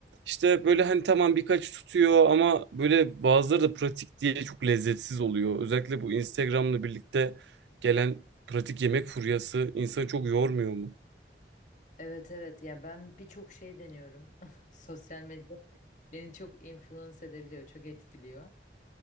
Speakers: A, on the right; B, on the left.
A: İşte böyle hani tamam birkaç tutuyor ama böyle bazıları da pratik diye çok lezzetsiz oluyor. Özellikle bu Instagram'la birlikte gelen pratik yemek furyası insanı çok yormuyor mu?
B: Evet evet ya ben birçok şey deniyorum. <laughs> Sosyal medya beni çok influence edebiliyor, çok etkiliyor.